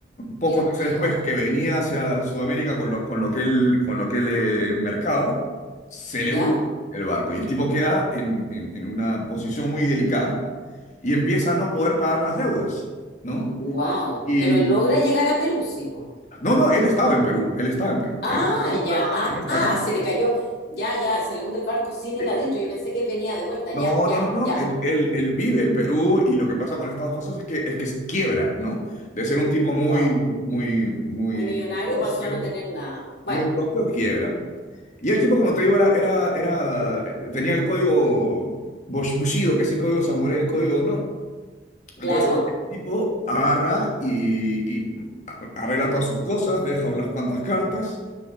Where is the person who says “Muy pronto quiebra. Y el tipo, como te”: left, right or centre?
Left